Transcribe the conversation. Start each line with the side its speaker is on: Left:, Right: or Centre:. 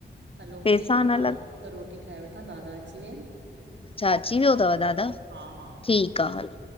Right: हलो
Left: पैसा
Right: ठीकु आ मां
Left: न लॻ
Right: रोटी ठाहे वठां दादा अची विया आहिनि।
Left: अच्छा अची वियो अथव दादा
Right: हा हा
Left: ठीकु आहे हलो